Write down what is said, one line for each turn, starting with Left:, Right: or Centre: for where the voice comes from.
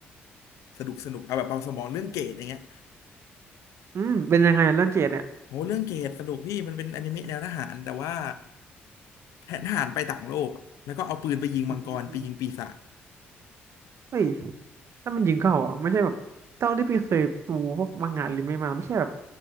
Left: สนุกสนุกเอาแบบเบาสมองเรื่องเกรดอย่างเงี้ย
Right: อืมเป็นยังไงอะเรื่องเกรดเนี่ย
Left: โหเรื่องเกรดสนุกพี่มันเป็นอนิเมะแนวทหารแต่ว่าแทนทหารไปต่างโลกแล้วก็เอาปืนไปยิงมังกรไปยิงปีศาจ
Right: อืมเฮ้ยถ้ามันยิงเข้าอ่ะไม่ใช่แบบเท่าที่พี่เคยดูพวกมังงะหรือไม่มาไม่ใช่แบบ